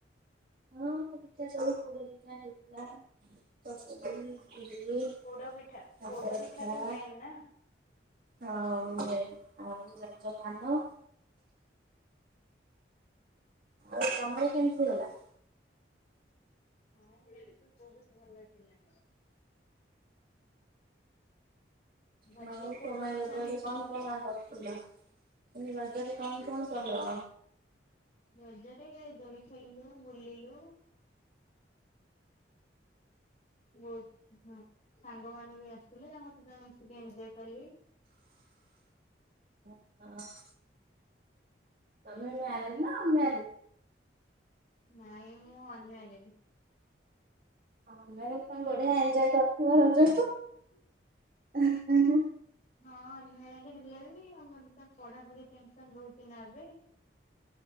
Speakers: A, on the right (about 50°); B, on the left (about 40°).
A: ହଁ ପିଠା ସବୁ ପୋଡ ପିଠା ହେଇଥିଲା କରିଥିଲି। ଏଣ୍ଡୁରି କାକରା
B: ପୋଡ ପିଠା ପୋଡ
A: ପିଠା
B: ତ ମେନ୍ ନା।
A: ହଉ <inaudible> ଆଉ ରଜ ଧାନ ଆଉ ତମେଇ କେମିତି ହେଲା?
B: ହଁ ରିଏଲି ବହୁତ ଭଲ ଲାଗିଲା।
A: <unintelligible>
B: ଘରେ ବି ପୋଡ
A: ପୁଲ
B: ପିଠା ହେଇଥିଲା।
A: ମୁଁ ନି ରଜରେ କଣ କଣ କଲ?
B: ରଜରେ ଦୋଳି ଖେଳିଲୁ ବୁଲିଲୁ। ବହୁତ ହଁ। ସାଙ୍ଗ ମାନେ ବି ଆସିଥିଲେ ଆମେ ମିଶିକି ଏନଜଏ କଲି।
A: <inaudible> ହଁ। ତମେ ମ୍ୟାରେଜ ନା ଅନମ୍ୟାରେଜ?
B: ନାଇଁ ମୁଁ ଅନମ୍ୟାରେଡ।
A: ଅନମ୍ୟାରେଡ ପାଇଁ ବଢିଆ ଏନଜଏ କରିଥିବ ରଜ।
B: <inaudible>
A: ହ ହ ହଁ
B: ହଁ <unintelligible> ହେଲେ ବି ଆମର ତ ପଢାପଢି ଟେନସନ ରହୁଛି ନା ଏବେ